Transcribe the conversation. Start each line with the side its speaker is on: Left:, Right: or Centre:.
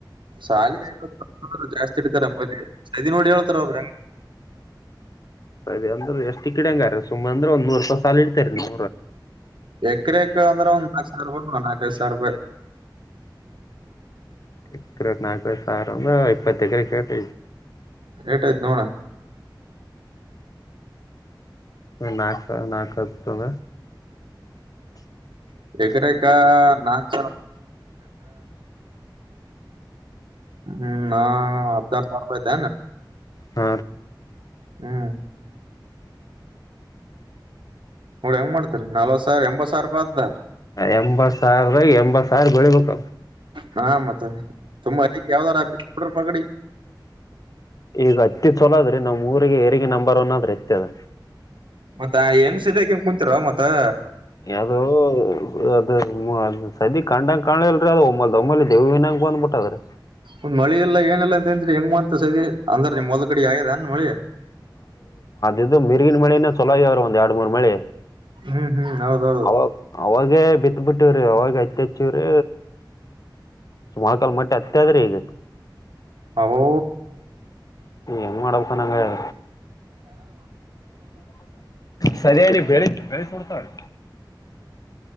Right: ಸಾಲ ಜಾಸ್ತಿ ಇಡ್ತಾರೆ ಇದೋಡಿ ಹೇಳ್ತಾರೆ ಅವರು
Left: ಅದ ಅ್ರ ಎಷ್ಟ ಕಿಡ ಹಂಗಾರ ಸುಮ್ ಅಂದ್ರ ಒಂದ್ ನೂರು ರೂಪಾಯ ಸಾಲ ಇಡ್ತಾರೆರಿ ನೂ
Right: ಎಕರೆ ಎಕ ಅಂದ್ರ ಒಂದು ನಾಕು ಸಾವಿರ ರೂಪಾಯಿ ನಾಕೈಐದು ಸಾವಿ ರೂಪಾಯಿ
Left: ಇ ನಾಲ್ಕ ಸಾವಿರ ಅಂದ ಇಪ್ಪತ್ತ ಕ್ರ ಕಟ
Right: ಏಟ್ ಐತ್ ನೋಡ
Left: ನಾಲ್ಕ ನಾಲ್ಕು ಹತದ
Right: ಎಗಡೆ ಕ ನಾಚ ಹ್ಮ್ ನ ಅದದ ಸಾರ ಭತ
Left: ಹ
Right: ಹ್ಮ್ ನೋಡಿ ಹೆಂಗ ಮಾಡ್ತರಿ ನಲ್ವತ್ ಸಾವಿರ ಎಂಬತ್ ಸಾವಿರೂಪ ಅದ
Left: ಎಂಬತ್ ಸಾವಿರ ಎಂಬತ್ ಸಾವಿರ ಬೆಳಿಬೇಕ
Right: ಹಾ ಮತ್ತ ತುಂಬಾ ಅ ಯಾವ್ದಾರಡ ಪಗಡಿ
Left: ಈಗ ಹತ್ತಿ ಚಲೋ ಅದ್ರಿ ನಾವ್ ಊರಿಗೆ ಏರಿಗೆ ನಂಬರ್ ಒನ್ ಆದ್ರೆ ಅತ್ತ ಅದ
Right: ಮತ್ತ ಹೆಮ್ ಸದಕಮ್ ಕುಂತರ ಮತ್ತತ್
Left: ಯಾವ್ದೋ ಅದು ಸದಿ ಕಂಡಂಗ್ ಕಾಣಲ್ರರಿ ಅದು ಒಮ್ಮೊಮ್ಮಲ್ಲಿ ದೇವಿನಂಗ ಬಂದ್ಬಿಟ್ಟದ್ರಿ
Right: ಒಂದ್ ಮಳಿ ಎಲ್ಲಾ ಏನೆಲ್ಲಾ ಅಂತನ್ರಿ ಹೆಂಗ್ ಮಾಂತ ಸರಿ ಅಂದ್ರ ಮಲಕಡಿ ಆ ಮಾಡಿ
Left: ಇದು ಮಿರಿಗಿನ ಮಳಿನ ಚಲೋ ಇ ಅವ್ರರು ಒಂದ ಎರಡು ಮೂರ್ ಮಳೆ
Right: ಹ್ಮ್ ಹ್ಮ್ ಹೌದೌದು
Left: ಅವ ಅವಾಗ ಬಿ ಅತ್ ಬಿಟ್ಟವ್ರಿ ಅವಾಗ ಐತ್ ಹಚ್ಚವ್ರೀ ಸುಮಾಕಾಲ್ ಮಟ್ಟೆ ಅತ್ತೆ ಆದ್ರೆ ಈಗ
Right: ಹವು
Left: ಏನು ಮಾಡಡ ಗ ಹೇಳ ಸರಿಯ ಬೆಳಿ ಬೆಳ ಸಡ್ತಾಾರೆ